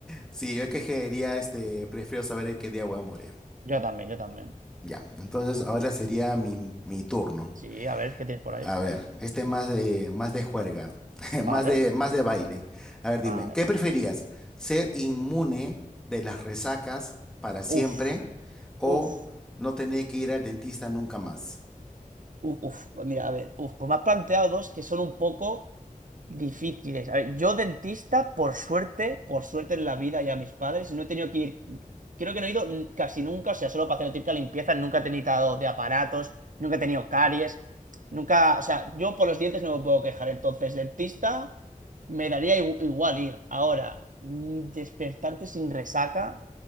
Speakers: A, in the centre; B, on the right.
A: Sí, yo es que quería, este, prefiero saber en qué día voy a morir.
B: Yo también, yo también.
A: Ya, entonces ahora sería mi, mi turno.
B: Sí, a ver, ¿qué tienes por ahí?
A: A ver, este más de más de juerga, <laughs> más
B: Vale,
A: de más de baile. A ver, dime,
B: vale.
A: ¿qué preferías? ¿Ser inmune de las resacas para siempre
B: Uf,
A: o
B: uf.
A: no tener que ir al dentista nunca más?
B: Uf, uf, pues mira, a ver, uf, pues me has planteado dos que son un poco difíciles. A ver, yo dentista, por suerte, por suerte en la vida y a mis padres, no he tenido que ir, creo que no he ido n- casi nunca, o sea, solo para hacer la típica limpieza, nunca he tenido de aparatos, nunca he tenido caries, nunca, o sea, yo por los dientes no me puedo quejar, entonces dentista me daría igu- igual ir. Ahora, mm, despertarte sin resaca.